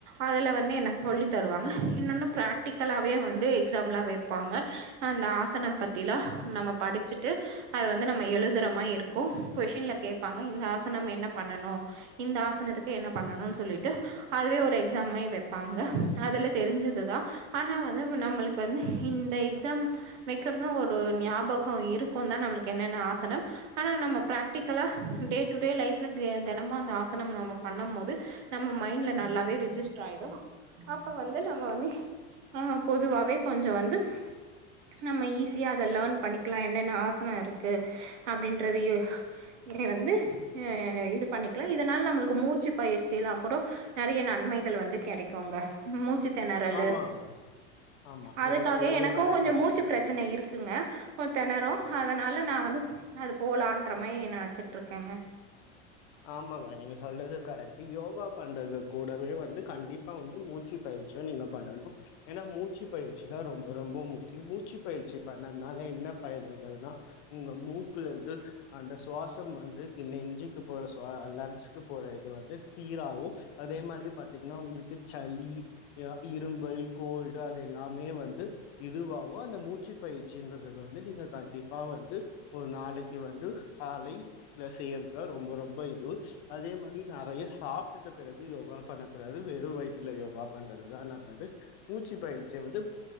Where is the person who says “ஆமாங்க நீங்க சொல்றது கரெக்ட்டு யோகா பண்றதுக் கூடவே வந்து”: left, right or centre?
Left